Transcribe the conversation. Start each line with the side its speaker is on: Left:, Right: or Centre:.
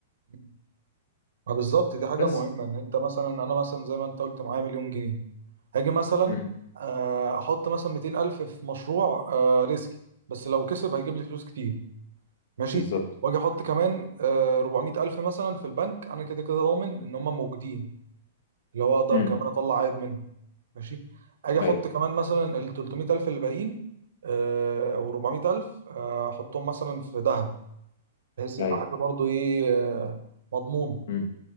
Right: مم. ما بالظبط دي حاجه
Left: بس
Right: مهمه ان انت مثلا انا مثلا زي ما انت قلت معايا مليون جنيه هاجي مثلا
Left: امم
Right: آه، احط مثلا 200 الف في مشروع آه، ريسكي بس لو كسب هيجيب لي فلوس كتير ماشي
Left: بالظبط
Right: واجي احط كمان آه، 400 الف مثلا في البنك انا كده كده ضامن ان هم موجودين اللي هو اقدر
Left: امم
Right: كمان اطلع عائد منهم ماشي اجي احط
Left: ايوه
Right: كمان مثلا ال 300 الف اللي باقيين آه، او 400 الف آه، احطهم مثلا في ذهب بحيث يبقى
Left: ايوه
Right: حاجه برضو ايه آه، مضمونه
Left: امم